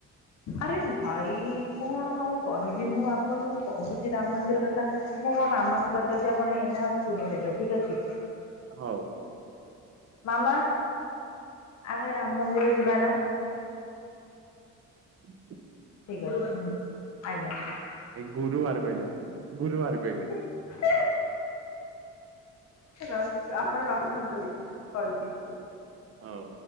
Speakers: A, on the left; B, on the right.
A: ଆରେ ଭାଇ କଣ ଆଉ କହିବି ମୁଁ ଆପଣଙ୍କୁ କହୁଚି ରାମ ମନ୍ଦିର କଥା। ମୁଁ ମୋ ମାମାଙ୍କୁ ପଚାରୁଚି ଆପଣ ଏଇନା ଶୁଣିଦେବେ ଠିକ ଅଛି।
B: ହଉ।
A: ମାମା ଆମେ ରାମ ମନ୍ଦିର ଯିବା ନା?
B: <inaudible>
A: ଠିକ ଅଛି ଆଜ୍ଞା।
B: ଏଇ ଗୁରୁବାର କହିଲେ। ଗୁରୁବାର କହିଲେ।
A: <inaudible> ହେ ର ଆପଣ ରଖନ୍ତୁ କଲ୍ ଟି।
B: ହଉ।